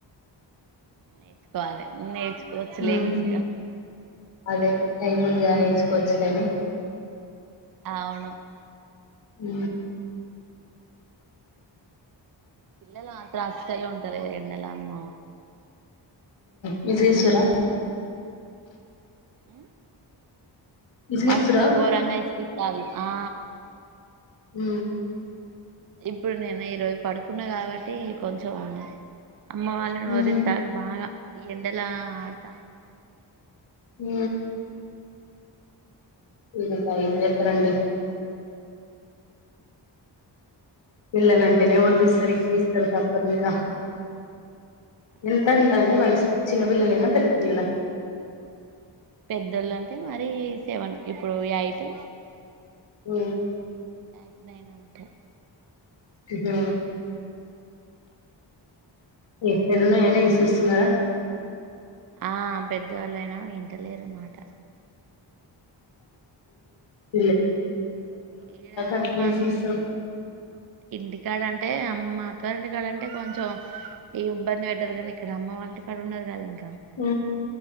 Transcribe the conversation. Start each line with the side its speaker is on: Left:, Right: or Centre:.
Right: నేర్చుకోవాలి నే కోచు లే
Left: ఉమ్
Right: ఇగ
Left: అదే టైం ఉందిగా నేర్చుకోవచ్చు లే అని
Right: అవును
Left: ఉ
Right: పిల్లలు అత్ర అస్సలు ఉంటాలె ఎన్నెలా అమ్మ
Left: విసిగిస్తారా
Right: ఉ
Left: విసిగిస్తురా
Right: మస్తు గోరంగా ఇస్తకితాలు ఆ
Left: ఉ
Right: ఇప్పుడు నేను ఈరోజ పడుకున్నా కాబట్టి కొంచెం అమ్మ వాళ్ళు నోరితారు
Left: ఉమ్
Right: బాగా ఎన్ ఎండల ఆడత ఉన్నారు
Left: ఉ మీరు ఇక ఏం చేత్తరండి పిల్లలన్ టెనే ఓర్లిస్తారు ఇసిగిస్తారు తప్పదు ఇంకా
Right: ఆ
Left: ఎంత అంటాండి వయసు చిన్న పిల్లలేనా పెద్ద పిల్లల
Right: పెద్దోళ్ళు అంటే మరి సెవెన్ ఇప్పుడు ఎయిట్
Left: ఉ
Right: ఎయిట్ట్నైన్ ఉంటయి
Left: ఉహు ఎయిట్ట్నైన్
Right: ఆ
Left: అయిన
Right: ఎండల
Left: ఇసిగిస్తున్నారా
Right: ఆ పెద్దవాళ్ళయినా ఇంటలేరుమాట
Left: ఇ
Right: ఈడ
Left: అట్లనేసి
Right: అమ్మ
Left: ఇస్తారు
Right: ఇంటికాడ అంటే అమ్ మాతార్ ఇంటి కండంటె కొంచెం ఈ ఇబ్బంది పెట్టారు కానీ ఇక్కడ అమ్మ వాళ్ళింటి కాడ ఉన్నారు కద ఇం
Left: ఉ